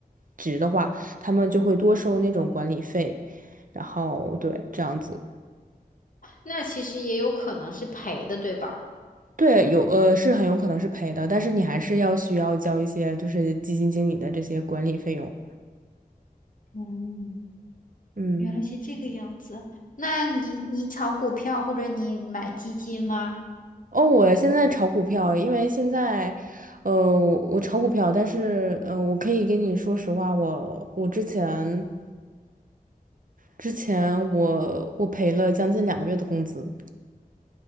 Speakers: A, on the right; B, on the left.
A: 值的话，他们就会多收那种管理费，然后对这样子。
B: 那其实也有可能是赔的，对吧？
A: 对，有呃是很有可能是赔的，但是你还是要需要交一些就是基金经理的这些管理费用。
B: 嗯，
A: 嗯。
B: 原来是这个样子。那你你炒股票或者你买基金吗？
A: 哦，我现在炒股票，因为现在，呃，我炒股票，但是，呃，我可以跟你说实话，我我之前之前我我赔了将近两个月的工资。